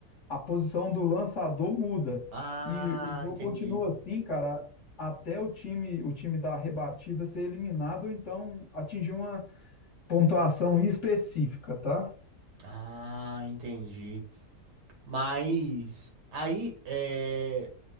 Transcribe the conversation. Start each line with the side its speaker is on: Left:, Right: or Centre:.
Left: a posição do lançador muda.
Right: Ah,
Left: E o jogo
Right: entendi.
Left: continua assim, cara, até o time, o time da rebatida ser eliminado ou então atingir uma pontuação específica, tá?
Right: Ah, entendi. Mas aí, é,